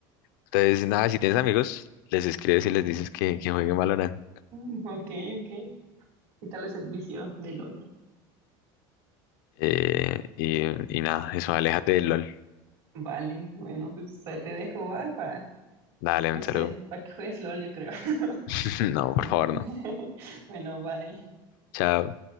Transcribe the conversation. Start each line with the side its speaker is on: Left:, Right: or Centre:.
Left: Entonces, nada, si tienes amigos, les escribes y les dices que, que jueguen Valorant.
Right: mm, ok, ok, quitarles el vicio de LOL.
Left: Eh, y, y nada, eso, aléjate del LOL.
Right: Vale, bueno, pues te dejo, va, para
Left: Dale,
Right: No
Left: un
Right: sé,
Left: saludo.
Right: para que juegues LOL, yo creo. <laughs>
Left: <laughs> No, por
Right: Vale.
Left: favor, no.
Right: <laughs> Bueno, bye.
Left: Chao.